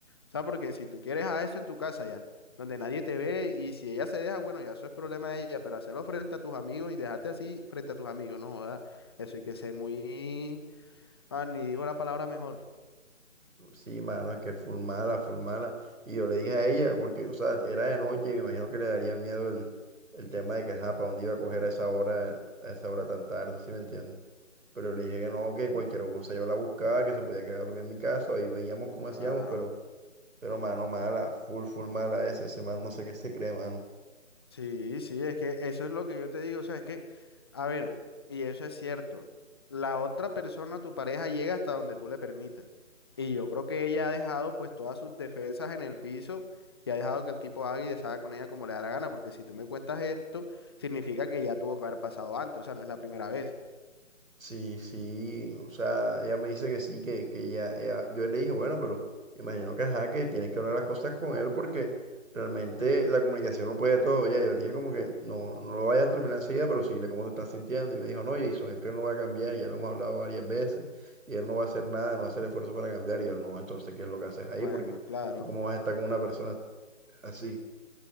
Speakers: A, on the left; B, on the right.
A: O sea, porque si tú quieres a eso en tu casa ya, donde nadie te ve y si ella se deja, bueno, ya eso es problema de ella, pero hacerlo frente a tus amigos y dejarte así frente a tus amigos, no joda, eso hay que ser muy, ah, ni digo la palabra mejor.
B: Sí, mano, es que full mala, full mala. Y yo le dije a ella, porque, o sea, era de noche, me imagino que le daría miedo el, el tema de que, ajá, para dónde iba a coger a esa hora, a esa hora tan tarde, ¿sí me entiendes? Pero le dije que no, que cualquier cosa yo la buscaba, que se podía quedar dormida en mi casa, y veíamos cómo
A: Claro.
B: hacíamos, pero, pero, mano, mala, full, full mala ese, ese man, no sé qué se cree, mano.
A: Sí, sí, es que eso es lo que yo te digo, o sea, es que, a ver, y eso es cierto, la otra persona, tu pareja, llega hasta donde tú le permitas. Y yo creo que ella ha dejado pues todas sus defensas en el piso y ha dejado que el tipo haga y deshaga con ella como le da la gana, porque si tú me cuentas esto, significa que ya tuvo que haber pasado antes, o sea, no es la primera vez.
B: Sí, sí, o sea, ella me dice que sí, que, que ella, ella- yo le dije, bueno, pero imagino que ajá, que tienes que hablar las cosas con él porque realmente la comunicación no puede todo, ya, yo le dije como que no, no lo vayas a terminar enseguida, pero síguele cómo te estás sintiendo, y me dijo, no, Jason, es que él no va a cambiar, ya lo hemos hablado varias veces, y él no va a hacer nada, no va a hacer esfuerzo para cambiar, y yo, no, entonces, ¿qué es lo que haces ahí?
A: Bueno,
B: Porque
A: claro.
B: tú cómo vas a estar con una persona así,